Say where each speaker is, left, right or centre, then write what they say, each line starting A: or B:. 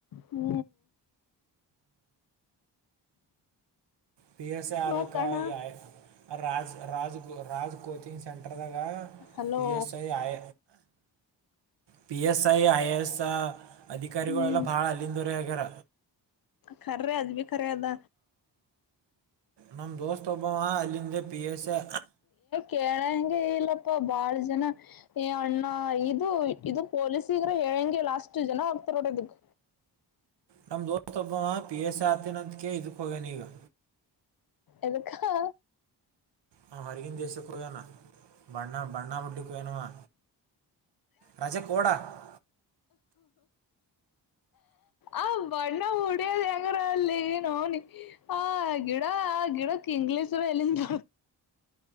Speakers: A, on the left; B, on the right.
A: ಹೂ
B: ಪಿ ಎಸ್ ಐ
A: ನೋತಣ
B: ಆಲಕ -ಈ- ರಾಜ್ ರಾಜ್ ರಾಜ್ ಕಚಿಂಗ್ ಸೆಂಟರ್ದಾಗ
A: ಹಲೋ
B: ಪಿ ಎಸ್ಐ ಆಯ, P S I I A S ಅಧಿಕಾರಿಗಳೆಲ್ಲ
A: ಹ್ಮ್
B: ಭಾಳ ಅಲ್ಲಿಂದವರೆ ಆಗ್ಯಾರ.
A: ಖರ್ರ ಅ <unintelligible> ಭಖರ ಅದ
B: ನಮ್ಮ ದೋಸ್ತ ಒಬ್ಬವ ಅಲ್ಲಿಂದ ಪಿ ಎಸ್ ಎ,
A: ಕೇಳ ಹೆಂಗೆ ಇಲ್ಲಪ್ಪ ಬಾಳ ಜನ. ಏ- ಅಣ್ಣ ಇದು ಇದು ಪೊಲೀಸಗರ ಹೇಳಂಗೆ ಲಾಸ್ಟ್ ಜನ ಆಗ್ತಾರ ನೋಡದಕ್.
B: ನಮ ದೋಸ್ತ್ ಒಬ್ಬ ಪಿ ಎಸ್ ಆತನಂತಕ ಇದಕ್ ಹೋಗೇ ನೀಗಾ.
A: ಎದಕ್ಕಾ ಹಾ
B: ಹಾಂ -ಹರಿಗಿಂದ ದೇಶಕ್ಕೋಯನಾ. ಬಣ್ಣ ಬಣ್ಣಾ ಬುಡ್ಟ್ಟಿಿ <unintelligible> ಗೆ ವಣವಾ ರಜೆ ಕಡಾ <unintelligible>
A: ಅ <inaudible> ಬಣ್ಣ ಉಡಿಯೋದ ಹೆಂಗರ ಅಲ್ಲಿ ನೋನಿ. ಆ- ಗಿಡ -ಆ- ಗಿಡಕ್ಕೆ <unintelligible> ತಿಂಗ್ಲಸ ಎಲ್ಲಿಂದ